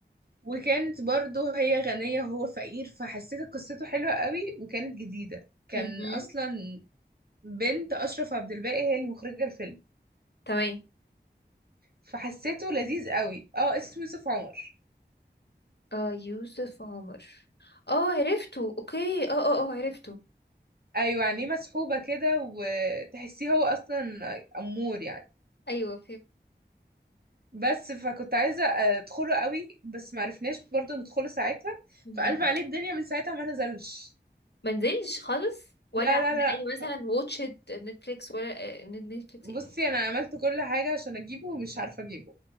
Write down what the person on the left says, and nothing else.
مهم.
تمام
آه يوسف عمر اه عرفته اوكي اه اه اه عرفته
ايوه
فهمت
منزلش خالص ولا
على
اي
مثلا واتشد نتفليكس ولا نتفليكس
ايه